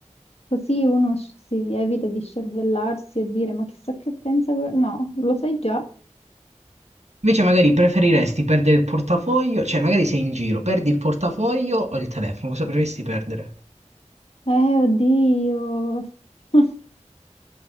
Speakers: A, on the left (about 55°); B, on the right (about 65°).
A: Così uno sc- si evita di scervellarsi e dire, ma chissà che pensa... que-". No, lo sai già.
B: Invece magari preferiresti perdere il portafoglio, cioè magari sei in giro, perdi il portafoglio o il telefono, cosa preferiresti perdere?
A: Eh, oddio. <laughs>